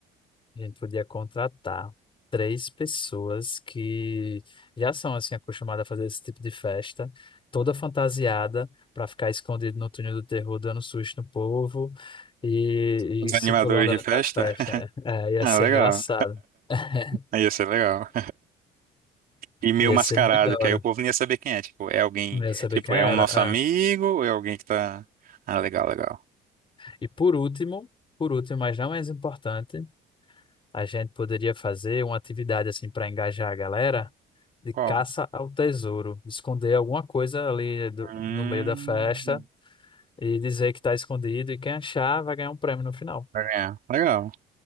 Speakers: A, on the left; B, on the right.
A: A gente podia contratar três pessoas que já são assim acostumadas a fazer esse tipo de festa, toda fantasiada, para ficar escondido no túnel do terror, dando susto no povo e,
B: os
A: e circulando
B: animadores de
A: ali
B: festa.
A: na festa.
B: <laughs>
A: É, é, ia ser
B: Ah, legal.
A: engraçado. <laughs>
B: Aí Ia ser legal. E meio
A: Ia
B: mascarado,
A: ser muito da
B: que
A: hora.
B: aí o povo não ia saber quem é. Tipo, é alguém,
A: Não ia saber
B: tipo,
A: quem
B: é
A: era.
B: um nosso amigo
A: É.
B: ou é alguém que tá. Ah, legal, legal.
A: E por último, por último, mas não menos importante, a gente poderia fazer uma atividade assim para engajar a galera de
B: Qual?
A: caça ao tesouro, esconder alguma coisa ali do-
B: Hum.
A: no meio da festa e dizer que está escondido e quem achar vai ganhar um prêmio no final.
B: Pra ganhar. Legal.